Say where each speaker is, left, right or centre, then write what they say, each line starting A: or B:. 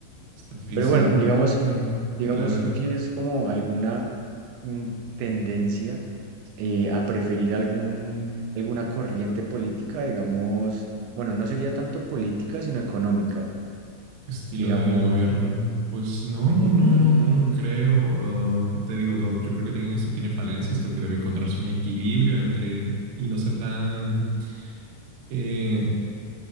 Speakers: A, on the right; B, on the right.
A: está feísimo.
B: Pero bueno,
A: Mm,
B: digamos...
A: mm,
B: Digamos,
A: Claro.
B: ¿tú tienes como alguna mm, tendencia eh, a preferir algún, alguna corriente política, digamos, bueno, no sería tanto política, sino económica,
A: Estilo
B: digamos,
A: de gobierno. Pues no,
B: en-
A: no, no creo. Um, te digo todo, yo creo que tiene- esto tiene falencias, creo que debe encontrarse un equilibrio entre y no ser tan eh,